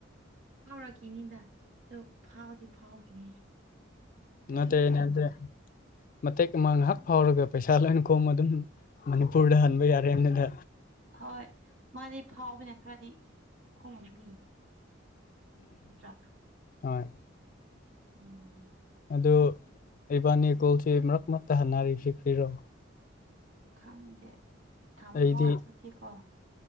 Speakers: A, on the right (about 70°); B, on the left (about 45°).
A: ꯐꯥꯎꯔꯛꯈꯤꯅꯤꯗ ꯑꯣ ꯐꯥꯎꯕꯗꯤ ꯐꯥꯎꯈꯤꯅꯤ ꯀꯦꯝꯇ
B: ꯅꯠꯇꯦ ꯑꯩꯅ
A: ꯈꯪꯒꯅ
B: ꯍꯥꯏꯕꯗꯤ ꯃꯇꯦꯛ ꯑꯃ ꯉꯥꯏꯍꯥꯛ ꯐꯥꯎꯔꯒ ꯄꯩꯁꯥ ꯂꯣꯏ ꯀꯣꯃ ꯑꯗꯨꯝ ꯃꯅꯤꯄꯨꯔꯗ ꯍꯟꯕ ꯌꯥꯔꯦꯗ
A: ꯍꯣꯏ ꯃꯥꯗꯤ ꯐꯥꯎꯕꯅ ꯈꯔꯗꯤ ꯈꯣꯍꯝꯅꯤ ꯆꯥꯛ <inaudible>
B: ꯍꯣꯏ
A: ꯎꯝ
B: ꯑꯗꯨ ꯏꯕꯥꯅꯤ ꯒꯣꯜꯁꯤ ꯃꯔꯛ ꯃꯔꯛꯇ ꯍꯟꯅꯔꯤꯁꯤ ꯐ꯭ꯔꯤꯔꯣ
A: ꯈꯪꯗꯦ ꯊꯝꯃꯣ
B: ꯑꯩꯗꯤ
A: ꯑꯗꯨꯗꯤꯀꯣ